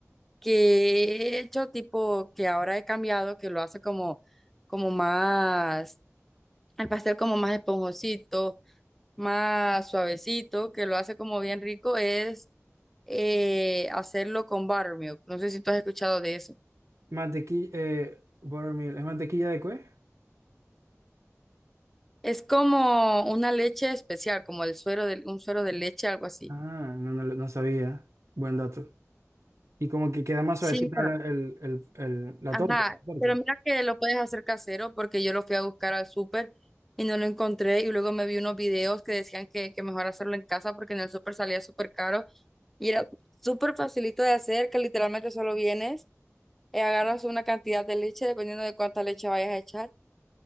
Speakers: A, in the centre; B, on the right.
A: que he hecho, tipo, que ahora he cambiado, que lo hace como, como más, el pastel como más esponjosito más suavecito, que lo hace como bien rico, es eh, hacerlo con buttermilk. No sé si tú has escuchado de eso.
B: Mantequilla, eh, buttermilk, ¿es mantequilla de qué?
A: Es como una leche especial, como el suero de, un suero de leche, algo así.
B: Ah, no, no, lo- no sabía. Buen dato. Y como que queda más
A: Sí,
B: suavecita
A: mira,
B: la, el, el, el- la
A: ajá.
B: torta. torta.
A: Pero mira que lo puedes hacer casero porque yo lo fui a buscar al súper y no lo encontré y luego me vi unos videos que decían que, que mejor hacerlo en casa porque en el súper salía súper caro y era súper facilito de hacer, que literalmente solo vienes. eh, agarras una cantidad de leche, dependiendo de cuánta leche vayas a echar.